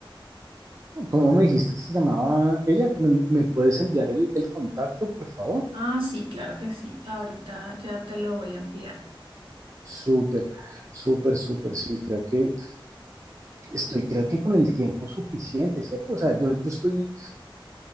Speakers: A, on the right; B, on the right.
A: ¿Cómo me dijiste que se llamaba ella? ¿Me, me puedes enviar el, el contacto, por favor?
B: Ah, sí, claro que sí. Ahorita ya te lo voy a enviar.
A: Súper, súper, súper, sí, creo que estoy, creo que con el tiempo suficiente, ¿cierto? O sea, yo, yo estoy